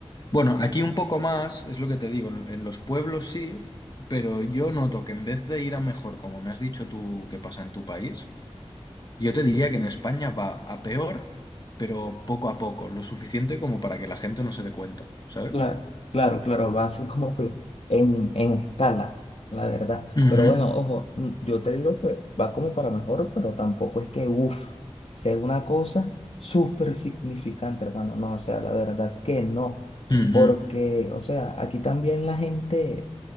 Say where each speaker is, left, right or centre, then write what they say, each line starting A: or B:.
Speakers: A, on the left; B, on the left.
A: Bueno, aquí un poco más, es lo que te digo, en en los pueblos sí, pero yo noto que en vez de ir a mejor, como me has dicho tú que pasa en tu país, yo te diría que en España va a peor, pero poco a poco, lo suficiente como para que la gente no se dé cuenta, ¿sabes?
B: Claro, claro, claro, va así como que en, en escala, la verdad.
A: Ujú,
B: Pero bueno, ojo, mm, yo te digo que va como para mejor, pero tampoco es que, uff, sea una cosa súper significante, hermano. No, o sea, la verdad que no.
A: ujú,
B: Porque, o sea, aquí también la gente